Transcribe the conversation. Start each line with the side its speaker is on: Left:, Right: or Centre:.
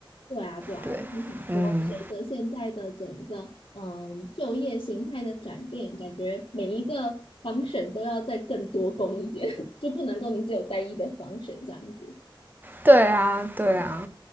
Left: 对啊，对啊，
Right: 对，
Left: 就是想说，
Right: 嗯，
Left: 随着现在的整个嗯就业形态的转变，感觉每一个 function 都要再更多工一点，<laughs> 就不能够你只有单一的 function 这样子。
Right: 对啊，对啊，
Left: 嗯，